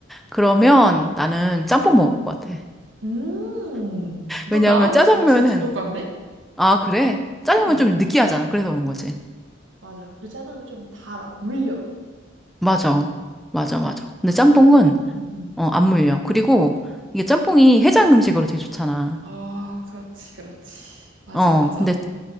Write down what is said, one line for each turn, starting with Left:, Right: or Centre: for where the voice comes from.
Centre: 그러면 나는 짬뽕 먹을 것 같아.
Right: 음, 너
Centre: 왜냐하면
Right: 나랑
Centre: 짜장면은,
Right: 취향 진짜 똑같네?
Centre: 아, 그래? 짜장면
Right: 음,
Centre: 좀 느끼하잖아. 그래서 그런 거지.
Right: 맞아. 그리고 짜장면 좀 달아, 물려.
Centre: 맞아. 맞아, 맞아. 근데 짬뽕은,
Right: 그래. 음, 음.
Centre: 어, 안 물려. 그리고 이게 짬뽕이 해장 음식으로 되게 좋잖아.
Right: 아, 그렇지, 그렇지. 맞아,
Centre: 어,
Right: 맞아.
Centre: 근데